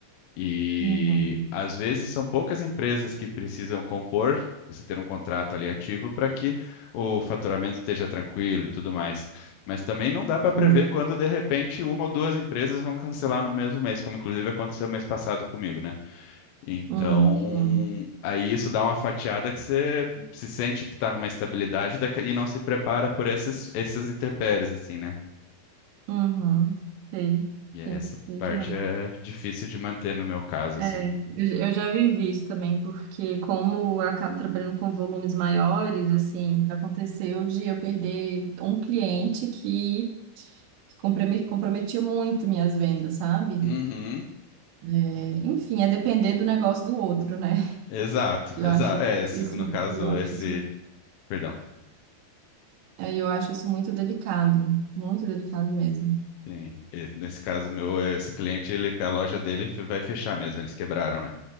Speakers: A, on the left; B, on the right.
A: E
B: Uhum.
A: às vezes são poucas empresas que precisam compor, você ter um contrato ali ativo para que o faturamento esteja tranquilo e tudo mais. Mas também não dá para
B: Sim.
A: prever quando de repente uma ou duas empresas vão cancelar no mesmo mês, como inclusive aconteceu mês passado comigo, né? Então,
B: Hum, sim.
A: aí isso dá uma fatiada que você se sente que está numa estabilidade daqui- e não se prepara por esses, essas intempéries, assim, né?
B: Uhum. Sei.
A: E
B: Sim,
A: essa
B: sei
A: parte
B: demais.
A: é difícil de manter no meu caso, assim.
B: É, eu, eu já vivi isso também, porque como eu acabo trabalhando com volumes maiores, assim, aconteceu de eu perder um cliente que, que comprome- comprometia muito minhas vendas, sabe?
A: Uhum.
B: É, enfim, é depender do negócio do outro, né?
A: Exato,
B: Eu
A: exato.
B: acho
A: É, esse,
B: isso,
A: no caso,
B: eu acho
A: esse.
B: isso,
A: Perdão.
B: é, eu acho isso muito delicado, muito delicado mesmo.
A: Sim. e- Nesse caso, meu, esse cliente, ele, a loja dele fe- vai fechar mesmo. Eles quebraram, né?